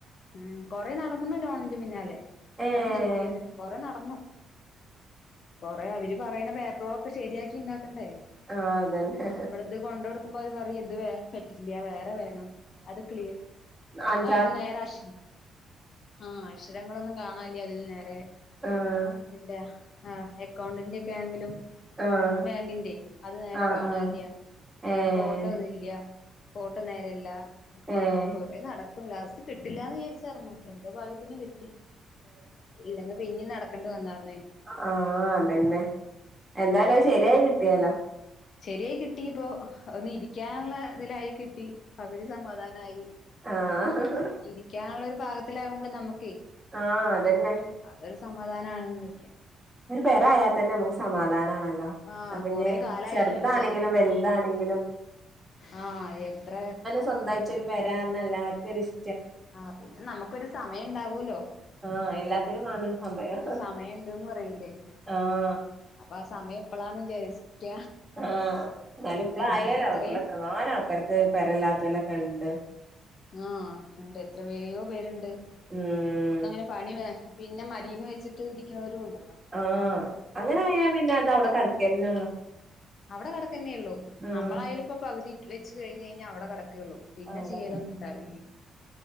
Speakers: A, on the left; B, on the right.
A: ഉം കൊറേ നടന്ന് ലോണിന്റെ പിന്നാലെ ന്നിട്ടാണ്
B: ഏഹ്
A: ശെരിയായത് കൊറേ നടന്നു കൊറേ അവര് പറയണ പേപ്പറോളൊക്കെ ശരിയാക്കി ഇണ്ടാക്കണ്ടേ
B: ആഹ് അതന്നെ
A: ഇവിടത് കൊണ്ട് കൊടുക്കുമ്പോ അവര് പറയ ഇതുവേ പറ്റില്ല വേറെ വേണം അത് ക്ലീയർ
B: അൻ
A: അ നേര അഷ് ആ അഷരങ്ങളൊന്നും കാണല്ല അതില് നേരെ
B: ആഹ്
A: ഇതിന്റെ ആ എക്കൗണ്ടിന്റെ ഒക്കെ ആണെങ്കിലും
B: ആഹ്
A: ബാങ്കിന്റെ അത് നേരെ
B: ആഹ്
A: കാണാല്ല്യ
B: ആഹ് ഏഹ്
A: ഫോട്ടോ ഇതിലില്ല ഫോട്ടോ നേരല്ല ഒക്കെ
B: ഏഹ്
A: പറഞ്ഞിട്ട് കൊറെ നടക്കും ലാസ്റ്റ് കിട്ടില്ലാന്ന് വിചാരിച്ചാർന്നു ഹെ എന്തോ ഭാഗ്യത്തിന് കിട്ടി ഇല്ലെങ്കിൽ പിന്നേം നടക്കേണ്ടി വന്നാർ‌ന്നു
B: ആ അതന്നെ എന്തായാലും അത് ശരിയായി കിട്ടിയല്ലോ
A: ശെരിയായി കിട്ടി ഇപ്പോ ഒന്ന് ഇരിക്കാള്ള ഇതിലായി കിട്ടി പകുതി സമാധാനായി
B: ആഹ ആ ആ
A: ഇരിക്കാനുള്ള ഒരു പാകത്തിലാകുമ്പോൾ നമുക്കേ
B: ആ അതന്നെ
A: അതൊരു സമാധാനാണെന്ന് വെക്കാം
B: ഒരു പേരായ തന്നെ നമുക്ക് സമാധാനാണല്ലോ
A: ആ
B: അപ്പൊ പിന്നെ
A: കൊറെ കാലായി
B: ചെറുതാണെങ്കിലും
A: ഇങ്ങനെ വിചാരിക്കുന്നു
B: വലുതാണെങ്കിലും
A: ആ എത്ര
B: സ്വന്തായിട്ട് ഒരു പേരാഹ് എല്ലാർക്കും ഒരിഷ്
A: ആ പിന്നെ നമുക്കൊരു സമയം ഇണ്ടാവൂലോ
B: ആ എല്ലാത്തിനും വണം ഒരു സമയം
A: സമയം ഇണ്ട്ന്ന് പറയില്ലേ
B: ആഹ്
A: അപ്പൊ ആ സമയം ഇപ്പളാണ് വിചാരിക്ക
B: ആഹ് ഇന്നാലും ഇപ്പളായല്ലോ
A: ഇല്ലെങ്കിപ്പോ ഇത്രയും
B: ഇപ്പള എത്രങ്ങാനും ആൾക്കാർക്ക് പെരല്ലാത്തലൊക്കെ ഇണ്ട്
A: ആ ഇണ്ട് എത്രപേയോ പേരിണ്ട്
B: മ്മ്
A: ഒക്കെ അങ്ങനെ പണി വേ പിന്നെ മതീന്ന് വെച്ചിട്ട് ഇരിക്കണോരും ഇണ്ടല്ലോ
B: ആഹ് അങ്ങനായാ പിന്നെ അത് അവടെ കെടക്കനൊള്ളോ
A: അവടെ കെടക്കന്നെ ഉള്ളു
B: ആഹ്
A: നമ്മളായാലും ഇപ്പ പകുതി വെച്ച് കഴിഞ്ഞെഞ്ഞാ അവടെ കെടക്കയുള്ളു പിന്നെ
B: അവിടെ
A: ചെയ്യലൊന്നുണ്ടാവില്ലേ